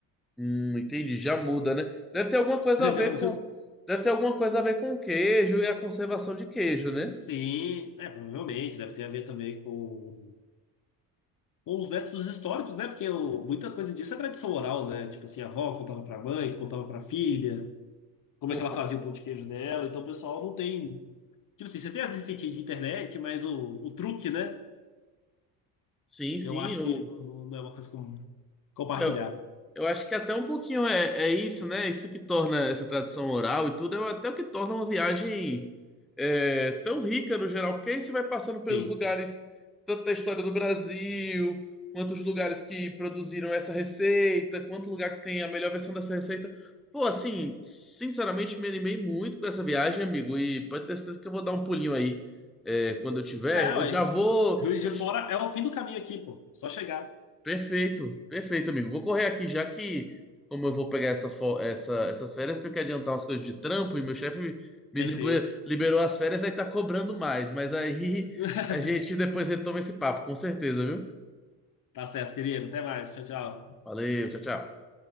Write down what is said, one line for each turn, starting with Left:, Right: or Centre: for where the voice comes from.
Centre: Hum, entendi. Já muda, né? Deve ter alguma coisa
Left: <laughs>
Centre: a ver
Left: Já-
Centre: com. Deve ter alguma coisa a ver com queijo e a conservação de queijo, né?
Left: Sim, é, provavelmente, deve ter a ver também com, com os métodos históricos, né? Porque o- muita coisa disso é tradição oral, né? Tipo assim, a avó contava para a mãe, contava para a filha, como
Centre: Pô,
Left: é que ela
Centre: pô.
Left: fazia o pão de queijo dela, então o pessoal não tem. Tipo assim, você tem as receitinhas de internet, mas o, o truque, né?
Centre: Sim, sim.
Left: Eu acho que não, não não é uma coisa com- compartilhada.
Centre: Eu, Eu acho que até um pouquinho é, é isso, né? Isso que torna essa tradição oral e tudo, é até o que torna uma viagem é, tão rica no geral, porque aí você vai passando pelos
Left: Sim.
Centre: lugares, tanto da história do Brasil, quanto os lugares que produziram essa receita, quanto lugar que tem a melhor versão dessa receita. Pô, assim, sinceramente me animei muito com essa viagem, amigo, e pode ter certeza que eu vou dar um pulinho aí é, quando eu tiver.
Left: É,
Centre: Eu
Left: ué.
Centre: já vou.
Left: Juiz
Centre: Eu,
Left: de Fora é o fim do caminho aqui, pô. Só chegar.
Centre: Perfeito, perfeito, amigo. Vou correr aqui, já que, como eu vou pegar essa, fo- essa- essas férias, tenho que adiantar umas coisas de trampo e meu chefe me, me
Left: Perfeito.
Centre: libe- liberou as férias, aí tá cobrando mais. Mas aí <laughs>
Left: <laughs>
Centre: a gente depois retoma esse papo, com certeza, viu?
Left: Tá certo, querido. Até mais. Tchau, tchau.
Centre: Valeu, tchau, tchau.